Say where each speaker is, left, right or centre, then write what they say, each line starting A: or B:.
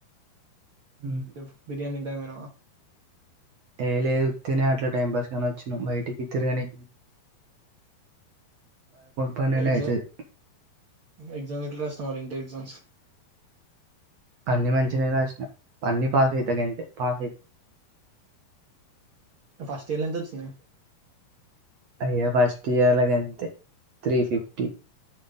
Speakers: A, on the right; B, on the right.
A: మ్మ్
B: ఎందుక్ బిర్యానీ తింటానికి పోయినవా
A: ఏ లేదు తినే అట్లా టైం పాస్ కని వచ్చినం బయటికి తిరగనీ పన్నెండు
B: ఎగ్జామ్
A: అయితది
B: ఎగ్జామ్ ఎట్లా రాసినవ్ మరి ఇంటర్ ఎగ్జామ్స్
A: అన్ని మంచిగనే రాసిన అన్ని పాస్ అయితా గంతే పాస్ అయి
B: ఫస్ట్ ఇయర్లెంత ఒచ్చినయి
A: అయ్యా ఫస్ట్ ఇయర్ల గంతే త్రీ ఫిఫ్టీ